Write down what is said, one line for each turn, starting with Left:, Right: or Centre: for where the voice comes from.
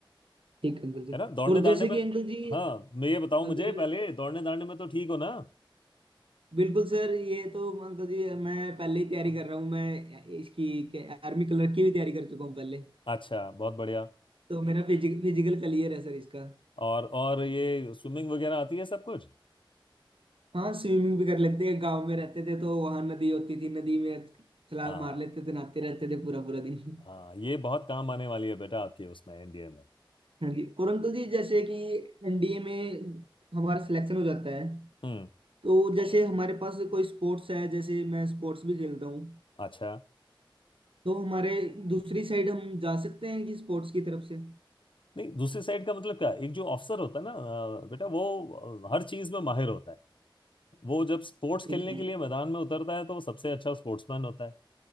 Right: ठीक है अंकल जी
Left: है ना दौड़ने
Right: और
Left: दांडे
Right: जैसे
Left: में
Right: कि अंकल जी
Left: हाँ मैं ये बताऊं मुझे
Right: अगर
Left: पहले दौड़ने दांडे में तो ठीक हो ना
Right: बिल्कुल सर ये तो अंकल जी मैं पहले ही तैयारी कर रहा हूँ मैं इसकी आर्मी कलर की भी तैयारी कर चुका हूँ पहले
Left: अच्छा बहुत बढ़िया
Right: तो मेरा फिजिकल क्लियर है सर इसका
Left: और और ये स्विमिंग वगैरह आती है सब कुछ
Right: हाँ स्विमिंग भी कर लेते हैं गांव में रहते थे तो वहां नदी होती थी नदी में छलांग
Left: हाँ
Right: मार लेते थे नहाते रहते थे पूरा पूरा दिन <laughs>
Left: हाँ ये बहुत काम आने वाली है बेटा आपके उसमें एनडीए में
Right: हाँ जी परंतु जी जैसे कि एनडीए में हमारा सिलेक्शन हो जाता है
Left: हम्म
Right: तो जैसे हमारे पास कोई स्पोर्ट्स है जैसे मैं स्पोर्ट्स भी खेलता हूँ
Left: अच्छा
Right: तो हमारे दूसरी साइड हम जा सकते हैं कि स्पोर्ट्स की तरफ से
Left: नहीं दूसरी साइड का मतलब क्या एक जो ऑफिसर होता है ना अ, बेटा वो अ, हर चीज में माहिर होता है वो जब स्पोर्ट्स
Right: ठीक
Left: खेलने
Right: है
Left: के लिए मैदान में उतरता है तो वो सबसे अच्छा स्पोर्ट्समैन होता है